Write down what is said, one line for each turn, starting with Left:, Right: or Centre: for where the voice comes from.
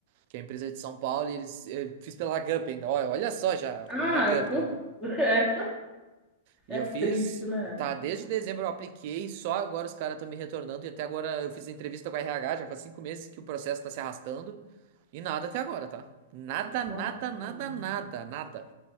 Right: que é a empresa de São Paulo, e eles eh, fiz pela Lagup ainda. Olha, olha só já,
Left: Ah,
Right: pela Lagup
Left: pô.
Right: ainda.
Left: <laughs> É,
Right: E eu
Left: é
Right: fiz,
Left: triste, né?
Right: tá, desde dezembro eu apliquei, só agora os caras estão me retornando, e até agora eu fiz entrevista com a RH, já faz cinco meses que o processo tá se arrastando, e nada até agora, tá? Nada, nada,
Left: Nossa,
Right: nada,
Left: que demônio.
Right: nada, nada.